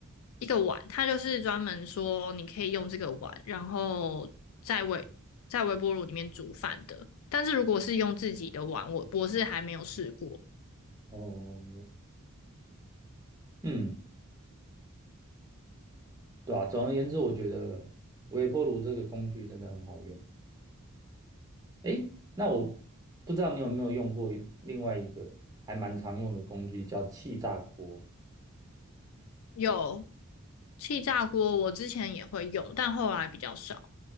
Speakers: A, on the left; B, on the right.
A: 一个碗，它就是专门说你可以用这个碗，然后在微在微波炉里面煮饭的。但是如果是用自己的碗，我我是还没有试过。
B: 哦，嗯，对啊，总而言之，我觉得微波炉这个工具真的很好用。诶，那我不知道你有没有用过另外一个还蛮常用的工具，叫气炸锅。
A: 有气炸锅，我之前也会用，但后来比较少。